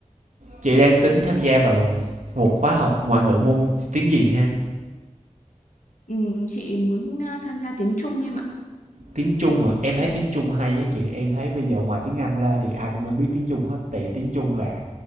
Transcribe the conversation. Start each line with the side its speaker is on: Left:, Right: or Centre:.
Right: Chị đang tính tham gia vào một khóa học ngoại ngữ môn tiếng gì ha?
Left: Ừ, chị muốn ờ, tham gia tiếng Trung em ạ.
Right: Tiếng Trung à? Em thấy tiếng Trung hay á chị. Em thấy bây giờ ngoài tiếng Anh ra thì ai cũng nên biết tiếng Trung hết. Tại vì tiếng Trung là